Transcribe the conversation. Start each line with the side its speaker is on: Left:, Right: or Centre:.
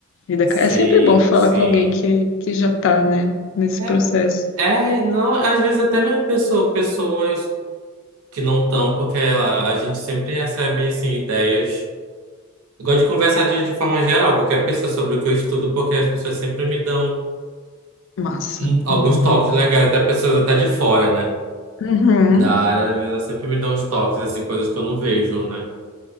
Left: vida. acadêmica.
Right: Sim,
Left: É sempre bom falar
Right: sim.
Left: com alguém que, que já tá, né? Nesse
Right: É,
Left: processo.
Right: é, não, às vezes até mesmo pessoa, pessoas que não estão, porque a, a gente sempre recebe assim, ideias. Eu gosto de conversar de, de forma geral, com qualquer pessoa sobre o que eu estudo, porque as pessoas sempre me dão
Left: Massa.
Right: hum, alguns
Left: Uhum.
Right: toques legais, até pessoas até de fora, né?
Left: Uhum.
Right: Da área, às vezes elas sempre me dão uns toques, assim, coisas que eu não vejo, né?